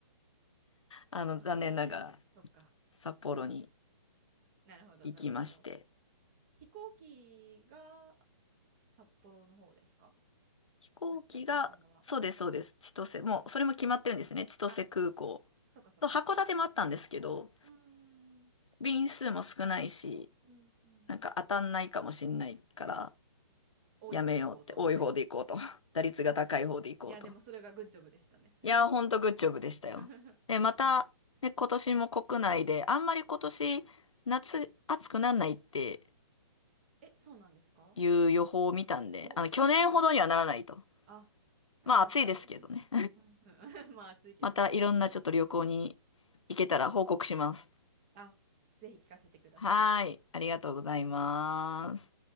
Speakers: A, on the left (about 75°); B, on the right (about 30°).
A: あの、
B: 函館、
A: 残念ながら
B: そっか。
A: 札幌に
B: なるほど、
A: 行きまして。
B: なるほど。飛行機が札幌の方ですか
A: 飛行機が、
B: 発着したのは。
A: そうです、
B: うん。
A: そうです。千歳、
B: うん。
A: もうそれも決まってるんですね。千歳空港。
B: あ、そっかそっか。
A: と函館もあったんですけど、
B: うーん。
A: 便数も少ないし、
B: うん。うん。
A: なんか当たんないかもしんないから、
B: 多い方で行こうと。
A: やめようって、多い方で行こうと。<laughs> 打率が高い方で行こうと。
B: <laughs> いや、でもそれがグッジョブでしたね。
A: いや、ほんとグッジョブでしたよ。
B: <laughs>
A: で、また、ね、今年も国内で、あんまり今年、夏、暑くならないって
B: え、そうなんですか
A: いう予報を見たんで、
B: お、
A: あの、去年ほどにはならないと。
B: お、あ、ありがたい。
A: まあ、暑いですけどね。
B: <laughs> うんうん <laughs> まあ、
A: <laughs>
B: ついけそうですよね。
A: またいろんなちょっと旅行に行けたら報告します。
B: あ、ぜひ聞かせてください。
A: はーい、ありがとうございます。